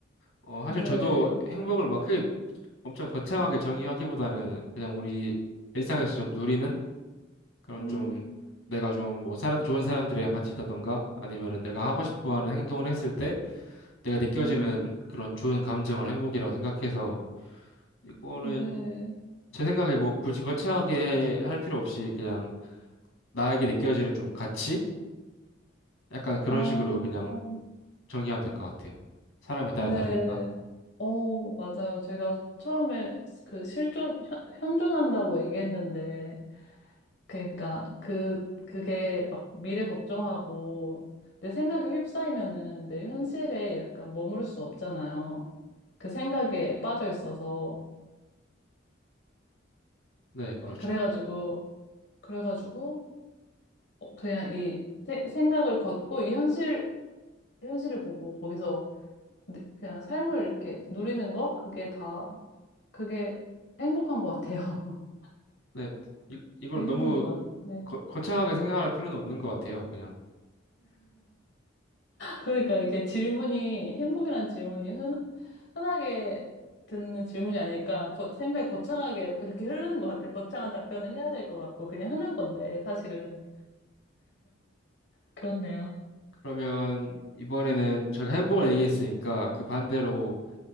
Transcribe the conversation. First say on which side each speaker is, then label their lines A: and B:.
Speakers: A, on the left; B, on the left.
A: 어, 사실
B: 네.
A: 저도 행복을 막 크게 엄청 거창하게 정의하기보다는 그냥 우리 일상에서 좀 누리는 그런
B: 음,
A: 좀 내가 좀 뭐 사람 좋은 사람들이랑 같이 있다던가 아니면은 내가 하고 싶어
B: 음,
A: 하는 행동을 했을 때 내가 느껴지는
B: 음,
A: 그런 좋은 감정을 행복이라고 생각해서 이거는
B: 네.
A: 제 생각에 뭐 굳이 거창하게 할 필요 없이 그냥 나에게 느껴지는 좀 가치? 약간 그런
B: 아,
A: 식으로 그냥
B: 어,
A: 정의하면 될 것 같아요. 사람에 따라
B: 네.
A: 다르니까.
B: 어, 맞아요. 제가 처음에 그 실존, 현- 현존한다고 얘기했는데, 그러니까 그, 그게 막 미래 걱정하고, 내 생각에 휩싸이면은 내 현실에 약간 머무를 수 없잖아요. 그 생각에 빠져 있어서.
A: 네, 그렇죠.
B: 어, 그래가지고, 그래가지고, 어, 그냥 이 세- 생각을 걷고, 이 현실, 현실을 보고, 거기서 네, 그냥 삶을 이렇게 누리는 거? 그게 다, 그게 행복한 것 같아요. <laughs>
A: 네, 이, 이걸
B: 그게
A: 너무
B: 행복인 것 같아요. 네.
A: 거, 거창하게 생각할 필요는 없는 것 같아요. 그냥.
B: 그러니까 이렇게 질문이, 행복이란 질문이 흔, 흔하게 듣는 질문이 아닐까, 거- 생각이 거창하게 이렇게 흐르는 것 같아요. 거창한 답변을 해야 될 것 같고, 그냥 흔한 건데, 사실은. 그렇네요.
A: 그러면 이번에는 저희가 행복을 얘기했으니까 그 반대로